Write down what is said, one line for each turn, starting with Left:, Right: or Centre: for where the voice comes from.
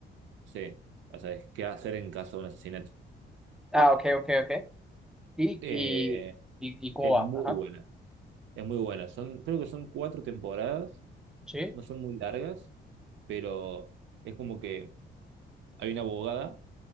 Right: sí, o sea, es qué hacer en caso de un asesinato.
Centre: Ah, ok, ok, ok. Y,
Right: Eh,
Centre: y, y, y cómo
Right: es
Centre: va.
Right: muy
Centre: Ajá.
Right: buena, es muy buena. Son, creo que son cuatro temporadas,
Centre: Sí,
Right: no son muy largas, pero es como que hay una abogada,